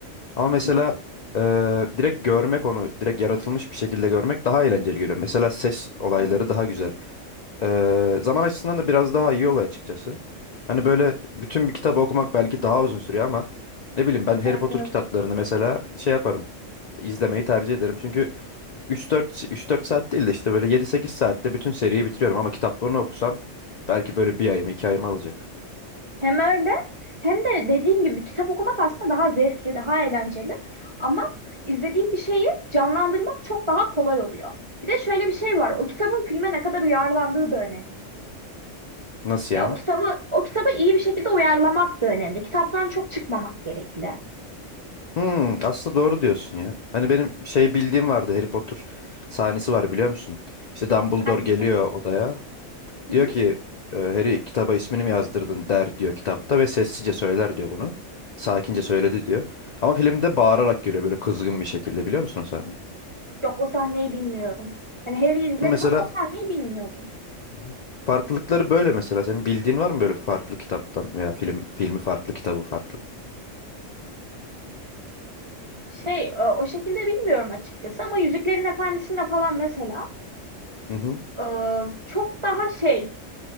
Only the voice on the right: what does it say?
Hı hı.
Evet.
Evet,
evet.
Hem öyle hem de dediğim gibi kitap okumak aslında daha zevkli, daha eğlenceli. Ama izlediğim bir şeyi canlandırmak çok daha kolay oluyor. Bir de şöyle bir şey var. O kitabın filme ne kadar uyarlandığı da önemli.
Ya
o kitabı o kitabı iyi bir şekilde uyarlamak da önemli. Kitaptan çok çıkmamak gerekli.
Hangisi?
Hı
hı.
Hı hı.
Yok o sahneyi bilmiyorum. Hani Harry'i izledim
ama o sahneyi bilmiyordum.
Şey e, o şekilde bilmiyorum açıkçası ama Yüzüklerin Efendisi'nde falan mesela
e, çok daha şey